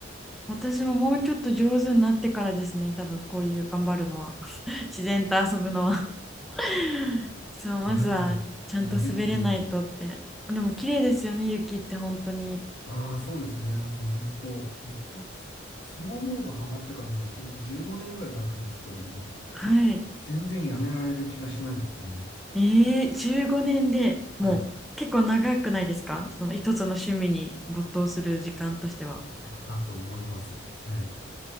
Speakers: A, in the centre; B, on the left (about 75°).
A: 私ももうちょっと上手になってからですね。多分こういう頑張るのは。<laughs> 自然と遊ぶのは <laughs> そう、まずはちゃんと滑れないとって。
B: いやーもう、もうぜひぜひ。
A: でも綺麗ですよね、雪って本当に。
B: ああ、そうですね。もう本当、もうこれス、スノーボードハマってからもう私15年ぐらい経つんですけども、
A: はい。
B: 全然やめられる気がしないですね。
A: ええ15年でもう結構長くないですかその一つの趣味に没頭する時間としては。
B: はい。だと思います。はい。